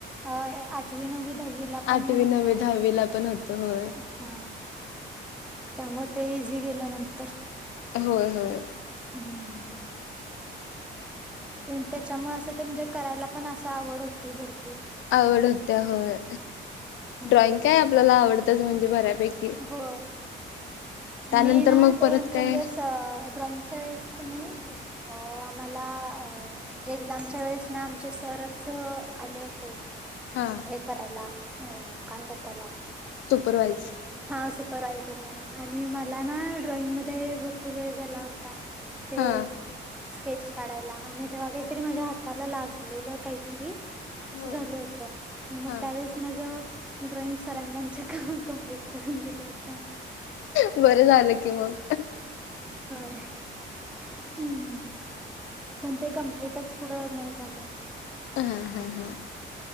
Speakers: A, in the centre; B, on the left (about 75°).
A: आ <inaudible> आठवी नवी दहावीला पण
B: आठवी
A: होत.
B: नववी दहावीला पण होतं होय
A: हा त्यामुळे ते इझी गेल नंतर.
B: होय -होय.
A: हम्म. त्यानं त्याच्यामुळे असं ते म्हणजे करायला पण असं आवड होती भरपूर.
B: आवड होत्या होय.
A: हा.
B: ड्रॉइंग काय आपल्याला आवडत्याच म्हणजे बऱ्यापैकी.
A: हो
B: त्यानंतर
A: मी ना
B: मग
A: ते
B: परत
A: आमच्या
B: काय
A: म्हणजे ड्रॉइंगच्या वेळेस कनी अ आम्हाला अ जे एक्झामच्या वेळेस ना आमचे सरच आले होते.
B: हा
A: हे करायला हम्म. काय म्हतेला? <unintelligible>
B: सुपरवाज.
A: हा सुपरव्हायझर म्हणून. आणि मला ना ड्रॉइंग मध्ये भरपूर वेळ झाला होता. ते
B: हा
A: स्केच काढायला. आणि तेव्हा काहीतरी माझ्या हाताला लागलेलं काहीतरी.
B: होय
A: अस झालं होत. मग
B: हा
A: त्यावेळेस माझं ड्रॉइंग सरांनी आमच्या कंप्लीट करून दिलं. होतं.
B: बरं झालं की मग.
A: हम्म. पण ते कंप्लीटच पुढं नाही झालं.
B: ह ह ह.